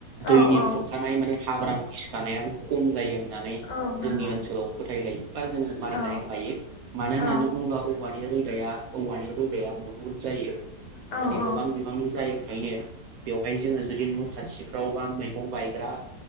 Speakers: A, on the right; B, on the left.
A: दैनि
B: औ औ
A: खुरखानाय माने हाब्रां गिसिखानायाबो खम जायो होननानै
B: औ
A: जोंनि
B: नंगौ
A: ओनसोलाव फोथायलायो बा जोङो मानिनानै
B: औ
A: लायो। मानो
B: औ
A: होननानै बुङोब्ला औ औवानि रोदाया औवानि रोदाया गुबुन गुबुन जायो।
B: औ
A: माने
B: औ
A: गोबां बिबांनि जायो। खायनो बेवहाय जोङो जुदि न' खाथिफ्राव बा मैगं बायग्रा